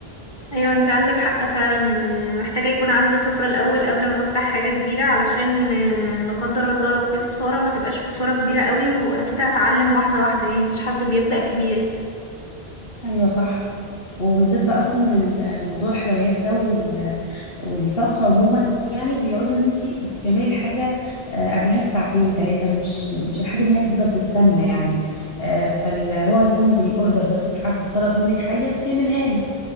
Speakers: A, on the left; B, on the left.
A: ايوه انت عندك حق فعلا آه، انا محتاجه يكون عندي خبره الاول قبل ما افتح حاجه كبيره علشان آه، لا قدر الله لو في خساره ما تبقاش خساره كبيره قوي واكيد هتعلم واحده واحده يعني مفيش حد بيبدا كبير
B: ايوه صح وبالذات بقى اصلا ال- موضوع الحلويات ده وال- والطبخ عموما يعني بيعوز ان انت بتعملي الحاجه آه، قبلها بساعتين ثلاثه مش مش الحاجه ان هي تفضل تستنى يعني آه، فاللي هو هيكون بالاوردر بس حد طلب منك حاجه بتعملها له